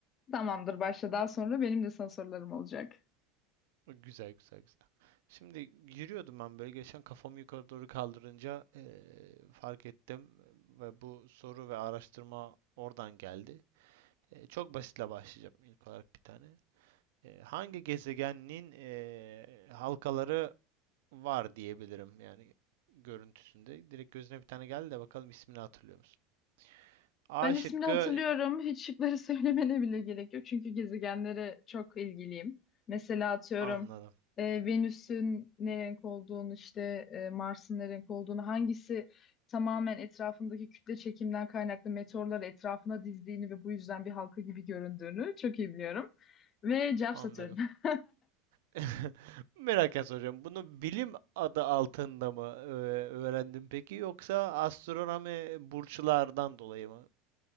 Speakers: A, on the left; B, on the right.
A: Tamamdır başla daha sonra benim de sana sorularım olacak.
B: Güzel güzel güzel. Şimdi yürüyordum ben böyle geçen kafamı yukarı doğru kaldırınca eee, fark ettim ve bu soru ve araştırma oradan geldi. Eee, çok basitle başlayacağım ilk olarak bir tane. Eee, hangi gezegenin eee, halkaları var diyebilirim yani görüntüsünde. Direkt gözüne bir tane geldi de bakalım ismini hatırlıyor musun? A
A: Ben ismini
B: şıkkı
A: hatırlıyorum. Hiç şıkları <laughs> söylemene bile gerek yok. Çünkü gezegenlere çok ilgiliyim. Mesela atıyorum
B: anladım
A: e, Venüs'ün ne renk olduğunu işte e, Mars'ın ne renk olduğunu hangisi tamamen etrafındaki kütle çekimden kaynaklı meteorları etrafına dizdiğini ve bu yüzden bir halka gibi göründüğünü çok iyi biliyorum. Ve cevap
B: anladım.
A: Satürn. <laughs>
B: <laughs> Merak soruyorum. Bunu bilim adı altında mı e, öğrendin peki yoksa astronomi burçlardan dolayı mı?